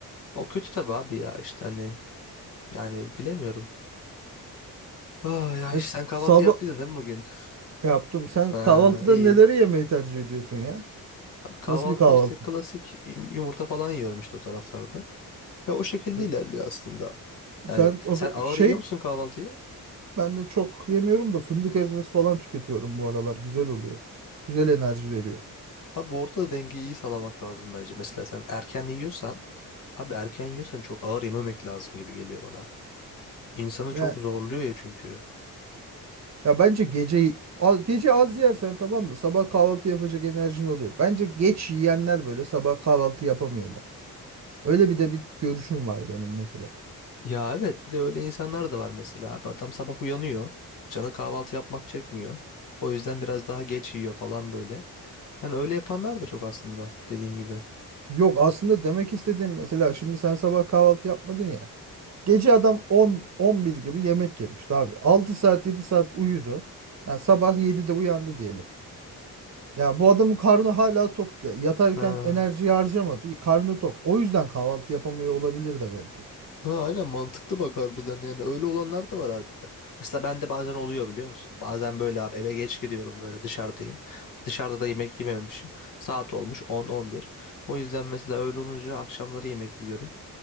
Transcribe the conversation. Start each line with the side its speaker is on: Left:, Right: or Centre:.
Left: O kötü tabii abi ya işte hani yani bilemiyorum. Ah ya
Right: E,
Left: işte
Right: s-
Left: sen kahvaltı
Right: sabah
Left: yaptıydın değil mi bugün? <laughs>
Right: yaptım. Sen
Left: Ha
Right: kahvaltıda
Left: iyi.
Right: neleri yemeyi tercih ediyorsun ya?
Left: Abi kahvaltıda
Right: Nasıl bir kahvaltı?
Left: işte klasik yum- yumurta falan yiyorum işte o taraflarda. Ve o şekilde
Right: E,
Left: ilerliyor aslında. Yani
Right: sen o
Left: sen
Right: z-
Left: ağır
Right: şey
Left: yiyor musun kahvaltıyı?
Right: Ben de çok yemiyorum da fındık ezmesi falan tüketiyorum bu aralar. Güzel oluyor. Güzel enerji veriyor.
Left: Abi orada da dengeyi iyi sağlamak lazım bence. Mesela sen erken yiyorsan Abi erken yiyorsan çok ağır yememek lazım gibi geliyor bana. İnsanı
Right: Ya,
Left: çok zorluyor ya çünkü.
Right: ya bence gece a- gece az yersen tamam mı? Sabah kahvaltı yapacak enerjin oluyor. Bence geç yiyenler böyle sabah kahvaltı yapamıyorlar. Öyle bir de bir görüşüm var benim mesela.
Left: Ya evet bir de öyle insanlar da var mesela abi adam sabah uyanıyor. Canı kahvaltı yapmak çekmiyor. O yüzden biraz daha geç yiyor falan böyle. Yani öyle yapanlar da çok aslında dediğin gibi.
Right: Yok aslında demek istediğim mesela şimdi sen sabah kahvaltı yapmadın ya. Gece adam 10 11 gibi yemek yemişti abi. 6 saat 7 saat uyudu. Yani sabah 7'de uyandı diyelim. Ya bu adamın karnı hala tok ya. Yatarken
Left: Ha.
Right: enerjiyi harcamadı. Karnı tok. O yüzden kahvaltı yapamıyor olabilir de belki.
Left: Ha, aynen mantıklı bak harbiden yani öyle olanlar da var harbiden. Mesela bende bazen oluyor biliyor musun? Bazen böyle abi eve geç gidiyorum böyle dışarıdayım. Dışarıda da yemek yememişim. Saat olmuş 10-11. O yüzden mesela öyle olunca akşamları yemek yiyorum.